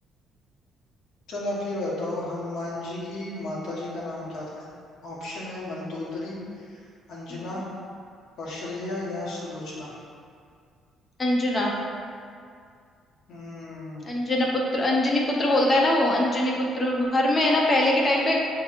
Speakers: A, on the left; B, on the left.
A: चलो आप ये बताओ हनुमान जी की माता जी का नाम क्या था ऑप्शन है मंदोदरी अंजना
B: हम्म
A: कौशल्या या सुलोचना
B: अंजना
A: हम्म
B: अंजना पुत्र अंजनी पुत्र बोलता है ना वो अंजनी पुत्र घर में है ना पहले के टाइम पे